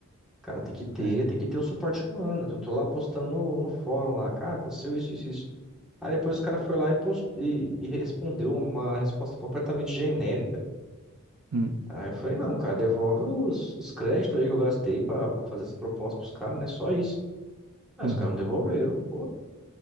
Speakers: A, in the centre; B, on the right.
A: cara, tem que ter,
B: é.
A: tem que ter o suporte humano. Eu tô lá postando no, no fórum lá, cara, aconteceu isso, isso, isso. Aí depois o cara foi lá e, post... e, e respondeu uma resposta completamente genérica.
B: Hum,
A: Aí eu falei, não, cara, devolve os, os créditos aí que eu gastei pra, pra fazer essa proposta pros caras, né? Só isso. Aí
B: uhum.
A: os caras não devolveram. Pô,